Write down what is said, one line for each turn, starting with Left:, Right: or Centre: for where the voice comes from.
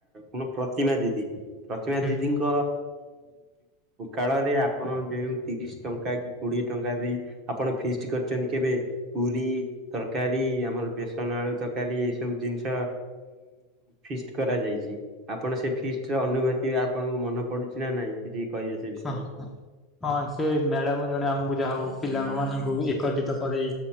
Right: ପ୍ର ପ୍ରତିମା ଦିଦି ପ୍ରତିମା
Centre: ହୁଁ
Right: ଦିଦିଙ୍କ କାଳରେ ଆପଣ ଯେଉଁ ତିରିଶ ଟଙ୍କା କି କୋଡିଏ ଟଙ୍କା ଦେଇ ଆପଣ ଫିଷ୍ଟୀ କରିଛନ୍ତି କେବେ ପୁରୀ ତରକାରୀ? ଇ ଆମର ବେସନ ଆଳୁ ତକାରୀ ଏଇ ସବୁ ଜିନିଷ ଫିଷ୍ଟି କରାଯାଇଛି। ଆପଣ ସେ ଫିଷ୍ଟି ର ଅନୁଭୂତି ଆପଣଙ୍କୁ ମନେ ପଡୁଛି ନା ନାଇଁ କିଛି? କହି ଆ ସେ ବିଷୟ।
Centre: ହଁ ହଁ ସେ ମ୍ୟାଡ଼ାମ ଜଣେ ଆମକୁ ଯାହଉ ପିଲାଙ୍କମାନଙ୍କୁ ଏକତ୍ରିତ କରେଇ